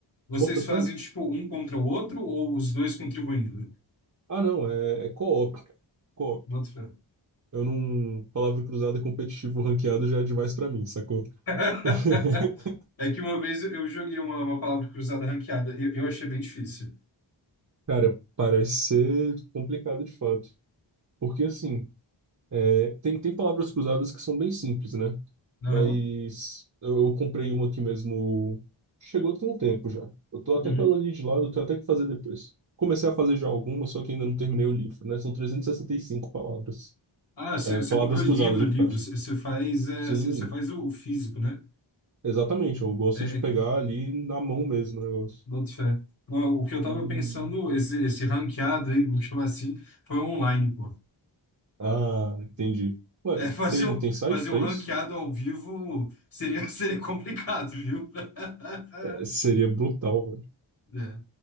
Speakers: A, on the left; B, on the right.
A: Vocês
B: Bota fé?
A: fazem tipo um contra o outro ou os dois contribuindo?
B: Ah, não, é, é co-op, cara. Co-op.
A: Boto fé.
B: Eu não. Palavra cruzada competitivo <laughs> ranqueado já é demais pra mim, sacou?
A: <laughs>
B: <laughs>
A: É que uma vez eu joguei uma, uma palavra cruzada ranqueada. Eu, eu achei bem difícil.
B: Cara, parece ser complicado de fato. Porque, assim, é, tem, tem palavras cruzadas que são bem simples, né?
A: Aham.
B: Mas eu, eu comprei uma aqui mesmo. Chegou tem um tempo já. Eu tô até
A: Uhum.
B: com ela ali de lado, eu tenho até que fazer depois. Comecei a fazer já alguma, só que ainda não terminei o livro, né? São e e sessenta e cinco palavras.
A: Ah, você
B: É,
A: você
B: palavras
A: comprou livro,
B: cruzadas, no
A: livro.
B: caso.
A: Você você faz, é,
B: Sim.
A: você você faz o, o físico, né?
B: Exatamente, eu gosto
A: É,
B: de
A: é,
B: pegar ali na mão mesmo o negócio.
A: boto fé. Não, o que eu tava
B: E.
A: pensando, esse, esse ranqueado aí, vamos chamar assim, foi online, pô.
B: Ah, entendi. Ué,
A: É, <laughs> fazer
B: tem,
A: um,
B: tem site
A: fazer
B: pra
A: um ranqueado
B: isso?
A: ao vivo seria, <laughs> seria complicado, viu? <laughs>
B: É, seria brutal, velho.
A: É.